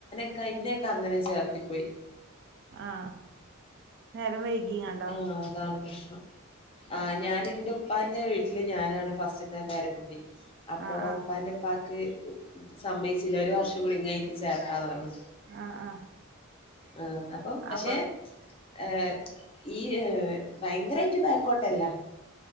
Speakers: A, on the left; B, on the right.
A: ഇന്നൊക്കെ അങ്ങനെ ചേർത്ത്‌ പോയി.
B: ആഹ് നേരം വൈകി ങ്ങാണ്ടോ.
A: ആഹ് അതാണ് പ്രശ്നം. ആഹ് ഞാൻ ഇന്റെ ഉപ്പാന്റെ വീട്ടില് ഞാനാണ് ഫസ്റ്റത്തെ പേരക്കുട്ടി. അപ്പോ
B: ആഹ് ആഹ്
A: ഉപ്പാന്റെ ഉപ്പാക്ക് സമ്മയിച്ചില്ല ഒരു വർഷം കൂടി കഴിഞ്ഞിട്ട് ചേർക്കാന്ന് പറഞ്ഞു.
B: ആഹ് ആഹ്
A: ആഹ് അപ്പോ പക്ഷേ.
B: അപ്പൊ
A: ഏഹ് ഈ ഭയങ്കരമായിട്ട് ബാക്കോട്ട് അല്ല.